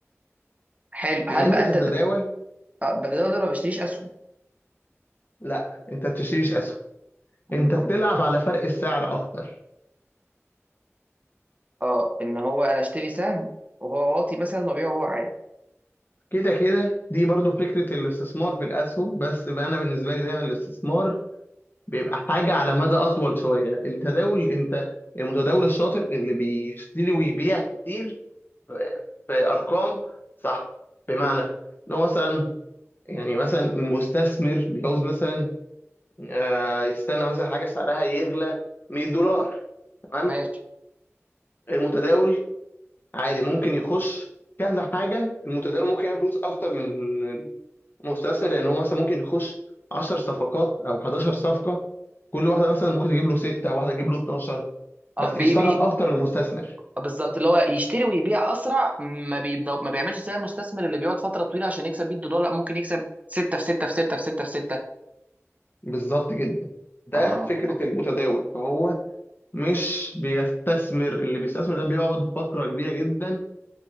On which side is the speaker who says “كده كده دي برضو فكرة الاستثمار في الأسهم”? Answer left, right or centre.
Left